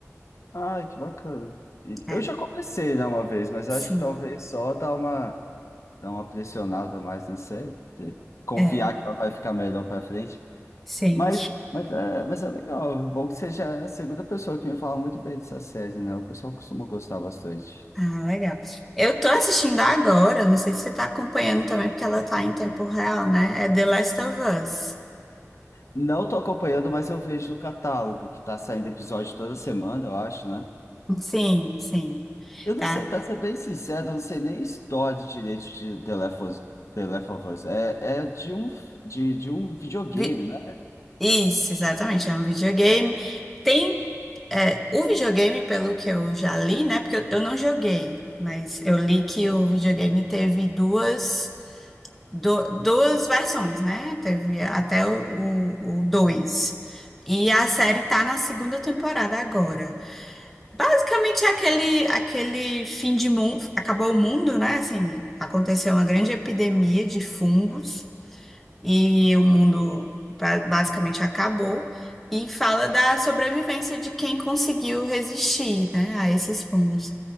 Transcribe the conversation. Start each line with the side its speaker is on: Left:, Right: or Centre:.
Left: Ai, que bacana. E
Centre: É.
Left: Eu já comecei, né, uma vez, mas
Centre: Sim,
Left: acho que talvez só dar uma. dar uma pressionada mais na série, porque confiar
Centre: é,
Left: que ela vai ficar melhor pra frente.
Centre: sei.
Left: Mas, mas, é, mas é legal, É bom que seja a segunda pessoa que me fala muito bem dessa série, né? O pessoal costuma gostar bastante.
Centre: Ah, legal. Eu tô assistindo agora, não sei se você tá acompanhando também, porque ela tá em tempo real, né? É The Last of Us.
Left: Não tô acompanhando, mas eu vejo no catálogo, que tá saindo episódio toda semana, eu acho, né?
Centre: Sim, sim,
Left: Eu não
Centre: tá.
Left: sei, pra ser bem sincero, eu não sei nem a história direito de The Last of Us. The Last of Us. É, é de um, de, de um videogame,
Centre: Vi-
Left: né?
Centre: Isso, exatamente, é um videogame. Tem, é, o videogame, pelo que eu já li, né? Porque eu, eu não joguei, mas eu li que o videogame teve duas. do- duas versões, né? Teve até o, dois. E a série tá na segunda temporada agora. Basicamente é aquele, aquele fim de mundo, acabou o mundo, né? Assim, aconteceu uma grande epidemia de fungos e o mundo ba- basicamente acabou, e fala da sobrevivência de quem conseguiu resistir, né, a esses fungos.